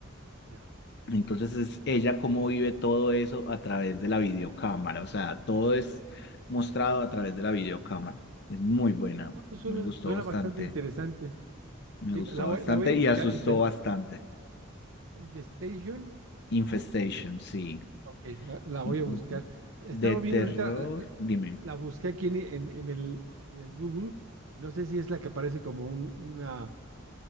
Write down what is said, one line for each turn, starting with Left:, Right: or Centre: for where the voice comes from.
Right: ya.
Left: Entonces es ella cómo vive todo eso a través de la videocámara, o sea, todo es mostrado a través de la videocámara. Es muy buena,
Right: Ah, pues suena,
Left: me gustó
Right: suena
Left: bastante,
Right: bastante interesante.
Left: me
Right: Sí,
Left: gustó
Right: la la
Left: bastante
Right: voy, la voy a buscar.
Left: y asustó
Right: Inven-
Left: bastante.
Right: Infestation. Ajá,
Left: Infestation,
Right: ok,
Left: sí.
Right: ok, la, la voy
Left: Mm,
Right: a buscar.
Left: mm, mm.
Right: Estaba
Left: De terror,
Right: viendo ahorita, la,
Left: dime.
Right: la busqué aquí en, en, en el, en el Google. No sé si es la que aparece como un, una,